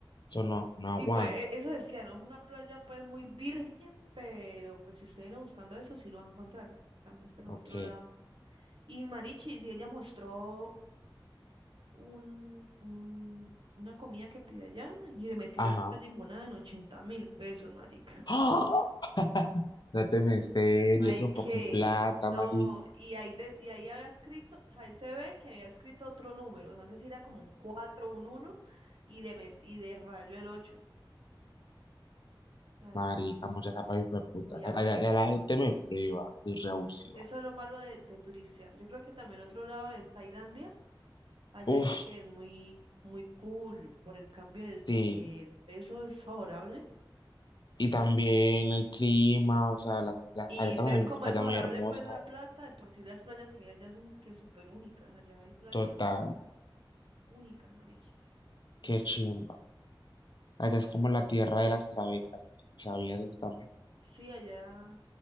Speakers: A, on the left; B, on the right.
A: eso no, no
B: Sí,
A: aguanta,
B: pues e- eso decía, no es una playa pues muy virgen, pero pues si usted viene buscando eso, sí lo va a encontrar, porque pues, también por
A: ok,
B: otro lado. Y Marichi, sí, ella mostró un, un- una comida que pide allá y le metieron
A: ajá.
B: una limonada en ochenta mil pesos, marica.
A: ¡Ah! <laughs> No te me serio,
B: Ay,
A: es un
B: que,
A: poco de plata,
B: no,
A: marica.
B: y ahí, de- y ahí había escrito, o sea, ahí se ve que había escrito otro número, no sé si era como un 4 un uno y de, met- y de rayo el ocho La
A: Marica,
B: gente
A: muchas tapas hijo de puta.
B: muy abusiva.
A: Ya, ya- la gente me prueba y reabusiva.
B: Eso es lo malo de, de turistear. Yo creo que también otro lado es Tailandia. Allá
A: Uf,
B: es que es muy, muy cool por el cambio del,
A: sí.
B: del peso, es favorable.
A: Y también el clima, o sea, las, las,
B: Y
A: allá
B: entonces
A: también hay unas
B: como
A: playas
B: es favorable,
A: muy hermosas.
B: pues la plata, de por sí las playas que hay allá son es que súper únicas. Allá hay playas
A: Total,
B: únicas, marichis.
A: qué chimba. Allá es como la tierra de las trabecas. ¿no? ¿Sabías de eso también?
B: Sí, allá